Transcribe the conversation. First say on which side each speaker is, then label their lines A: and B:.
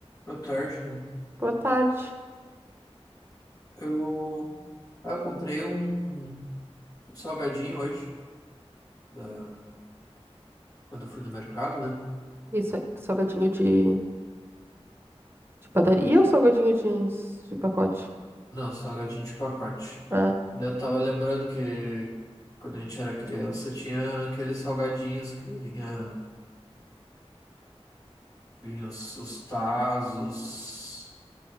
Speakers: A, on the left; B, on the right.
A: Boa tarde.
B: Boa tarde.
A: Eu, ah, eu comprei um, um salgadinho hoje, da, quando eu fui no mercado, né?
B: Isso, é salgadinho de, de padaria ou salgadinho de, de pacote?
A: Não, salgadinho de pacote.
B: Ah,
A: Daí Eu tava lembrando que quando a gente era criança tinha aqueles salgadinhos que vinha, vinha os, os Tazos,